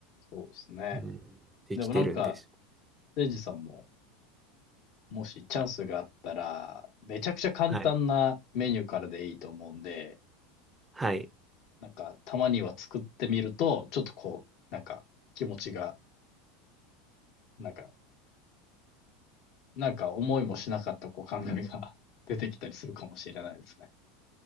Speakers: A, on the left; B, on the right.
A: そうですね。
B: うん、できてるんでしょ。
A: でもなんか、せいじさんももしチャンスがあったら、めちゃくちゃ簡単なメニューからでいいと思うんで、
B: はい。はい。
A: なんか、たまには作ってみると、ちょっとこう、なんか、気持ちが、なんか、なんか思いもしなかったこう考えが <laughs> 出てきたりするかもしれないですね。